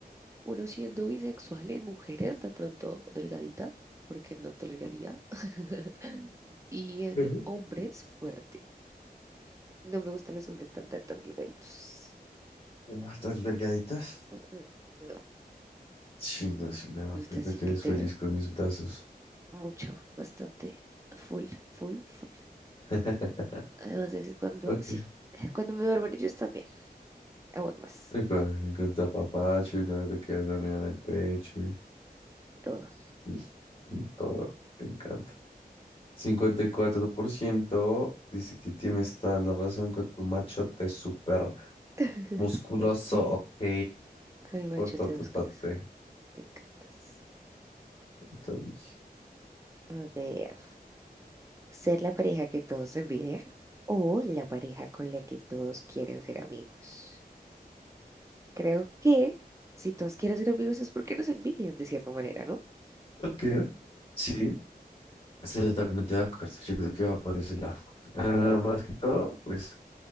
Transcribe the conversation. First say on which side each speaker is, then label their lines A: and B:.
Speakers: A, on the right; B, on the left.
A: uno siendo bisexual en mujeres, de pronto delgadita, porque no toleraría. <laughs> Y en
B: Ujú.
A: hombres, fuerte. No me gustan los hombres tan, tan, tan delgaditos.
B: <laughs> Ah, ¿Tan delgaditas?
A: Ujú, No,
B: Sí, no, sí me da
A: me gusta
B: cuenta
A: así
B: que
A: que
B: eres
A: tenga
B: feliz con mis brazos.
A: mucho, bastante, full, full, full.
B: <laughs>
A: Además de que cuando,
B: Ok.
A: sí, <laughs> cuando me duermen ellos también, aún más.
B: Y con, con tu apapacho y cuando te quedas dormida en el pecho y,
A: Todo.
B: y y todo, me encanta. 54% dice que tienes toda la razón con tu machote súper
A: <laughs>
B: musculoso,
A: Fuerte,
B: ok,
A: con el machete
B: por tototote.
A: chate, músculos. Me encantas.
B: Entonces,
A: A ver. ¿Ser la pareja que todos envidian o la pareja con la que todos quieren ser amigos? Creo que si todos quieren ser amigos es porque nos envidian de cierta manera, ¿no?
B: ok, sí, estoy totalmente de acuerdo, yo creo que va por ese lado. Ah, más que todo, pues,